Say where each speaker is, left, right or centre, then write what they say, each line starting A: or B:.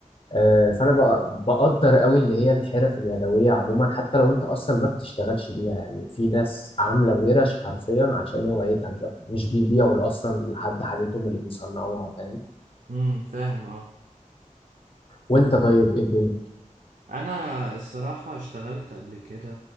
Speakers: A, on the left; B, on the right.
A: آه فانا بق- بقدر قوي اللي هي الحرف اليدويه عموما حتى لو انت اصلا ما بتشتغلش بيها يعني في ناس عامله ورش حرفيا عشان هوايتها مش اكتر مش بيبيعوا اصلا لحد حاجتهم اللي بيصنعوها فاهم
B: امم فاهم اه
A: وانت طيب ايه الدنيا
B: انا الصراحة اشتغلت قبل كده